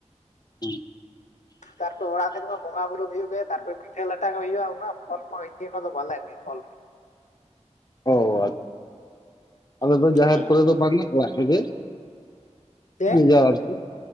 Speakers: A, on the left (about 35°); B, on the left (about 80°).
A: <inaudible>
B: ᱛᱟᱨᱯᱚᱨ ᱚᱲᱟᱜ ᱥᱮᱫᱢᱟ ᱵᱚᱸᱜᱟ ᱵᱩᱨᱩ ᱦᱩᱭᱩᱜ ᱜᱮ ᱛᱟᱨᱯᱚᱨ ᱯᱤᱴᱷᱟᱹ ᱞᱟᱴᱷᱟ ᱠᱚ ᱦᱩᱭᱩᱜᱼᱟ ᱩᱱᱟᱹᱜ ᱯᱷᱚᱞ ᱤᱭᱟᱹ ᱠᱚ ᱫᱚ ᱵᱟᱞᱮ ᱟᱜᱩᱭᱟ ᱯᱷᱚᱞ
A: ᱚ ᱟᱡ ᱟᱞᱮ ᱫᱚ ᱡᱟᱦᱮᱨ
B: ᱦᱮᱸ
A: ᱠᱚᱨᱮ ᱫᱚ ᱵᱟᱝ ᱟ ᱚᱲᱟᱜ ᱨᱮᱜᱮ
B: ᱪᱮᱫ
A: ᱞᱟ. ᱭ ᱫᱟ ᱟᱨᱠᱤ